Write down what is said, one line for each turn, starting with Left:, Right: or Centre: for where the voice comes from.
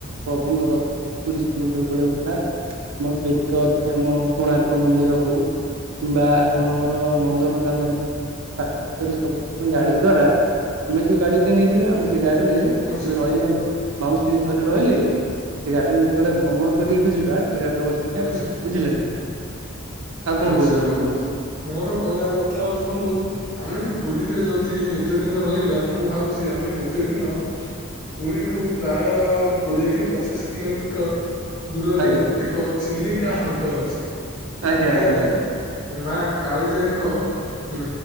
Right: ପ୍ରଭୁଙ୍କ ଦର୍ଶନ ପୁରୀ ସମୁଦ୍ର କୂଳେ ବୁଲା। ଆମର ଯେତିକି ଅଛି ଆମ କୋଣାର୍କ ମନ୍ଦିର ହଉ କିମ୍ବା ଆପଣଙ୍କର ନନ୍ଦନ କାନନ ହଉ <unintelligible> ଗାଡ଼ି ଦ୍ୱାର ଆମେ ଯଉ ଗାଡ଼ି ଟା ନେଇଥିବା ଅମେ ସେ ଗାଡ଼ି ରେ ଆମେ
Left: ଆଚ୍ଛା
Right: ରିହିଲେ ମାଉସି ସେ ଘରେ ରହିଲେ, ସେ ଗାଡିରେ ଯେତେବେଳେ ଭମଣ କରିବାକୁ ଯିବା। ସେଇ ଗାଡ଼ି ରେ ବସିକି ଆମେ
Left: ଆଚ୍ଛା
Right: ଯି ବୁଝିଲେ ନା ଆଉ କଣ
Left: ଆଚ୍ଛା
Right: କହୁଛନ୍ତି
Left: ବନ୍ଧୁ,
Right: କୁହନ୍ତୁ
Left: ମୋର କହିବାର କଥା ହଉଛି ବନ୍ଧୁ। ଆମେ ପୁରୀରେ ଯଦି ଏତେ ଦିନ ରହିବା। ମୁଁ ଭାବୁଛି ଆମେ ଗୋଟେ ଦିନ ପୁରୀଠୁ ପ୍ରାୟ କୋଡିଏ କି ପଚିଶ କିଲୋମିଟର ଦୂରରେ
Right: ଆଜ୍ଞା
Left: ଏକ ଚିଲିକା ହ୍ରଦ ଅଛି। ସେଠାରେ
Right: ଆଜ୍ଞା ଆଜ୍ଞା।
Left: ମା କାଳିଜାଇଙ୍କ ଉଁ